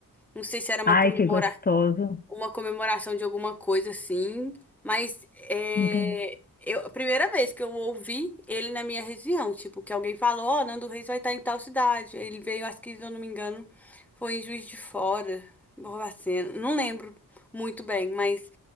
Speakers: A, in the centre; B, on the left.
A: Não sei se era uma
B: Ai,
A: comemora,
B: que gostoso.
A: uma comemoração de alguma coisa assim, mas é,
B: Entendi.
A: eu, a primeira vez que eu ouvi ele na minha região, tipo, que alguém falou, ó, Nando Reis vai estar em tal cidade. Ele veio, acho que, se eu não me engano, foi em Juiz de Fora, Barbacena, não lembro muito bem, mas